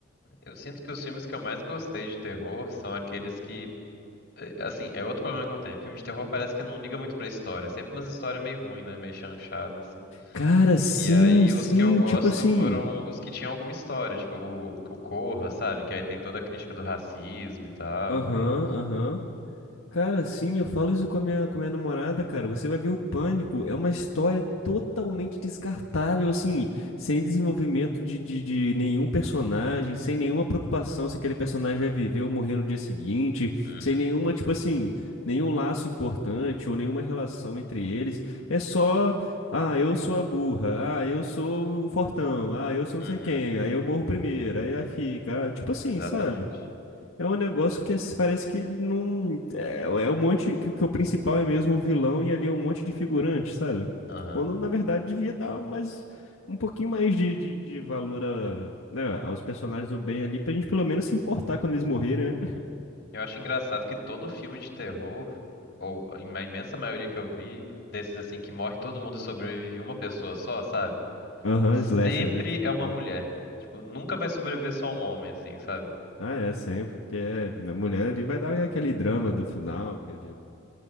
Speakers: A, on the left; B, on the left.
A: Eu sinto que os filmes que eu mais gostei de terror são aqueles que. eh, Assim, é outro problema que eu tenho. Filme de terror parece que não liga muito pra história. É sempre umas histórias meio ruim, né? Meio chanchada, assim.
B: Cara, sim,
A: E aí
B: sim,
A: os que eu gosto
B: tipo assim.
A: foram os que tinham alguma história, tipo o, o Corra, sabe? Que aí tem toda a crítica do racismo e tal.
B: Aham,
A: E...
B: aham. Cara, sim, eu falo isso com a minha, com a minha namorada, cara. Você vai ver o Pânico, é uma história totalmente descartável, assim, sem desenvolvimento de, de, de nenhum personagem, sem nenhuma preocupação se aquele personagem vai viver ou morrer no dia seguinte,
A: Uhum,
B: sem nenhuma, tipo assim, nenhum laço importante ou nenhuma relação entre eles. É só, ah, eu sou a burra, ah, eu sou o fortão, ah, eu sou
A: uhum,
B: não sei quem, aí eu morro primeiro, aí a fica, ah, tipo assim,
A: exatamente.
B: sabe? É um negócio que es- parece que ele não. É, é um monte. Que, que o principal é mesmo o vilão e ali é um monte de figurante, sabe?
A: Aham.
B: Quando na verdade devia dar mais. Um pouquinho mais de, de, de valor a, né, aos personagens do bem ali, pra gente pelo menos se importar quando eles morrerem, né?
A: Eu acho engraçado que todo filme de terror, ou a im- a imensa maioria que eu vi, desses assim que morre todo mundo e sobrevive uma pessoa só, sabe?
B: Aham,
A: Sempre
B: slasher, né? Tipo, Que
A: é uma
B: falam.
A: mulher. Tipo, nunca vai sobreviver só um homem, assim, sabe?
B: Ah, é, sempre. Porque é, a mulher ali vai dar aquele drama do final. Aquele...